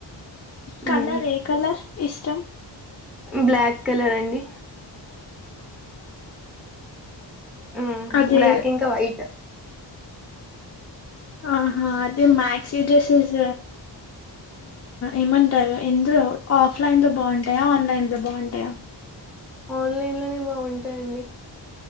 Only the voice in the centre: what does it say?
హ్మ్
బ్లాక్ కలర్ అండి హ్మ్.
బ్లాక్ ఇంకా వైట్.
ఆన్లైన్ లోనే బాగుంటాయండి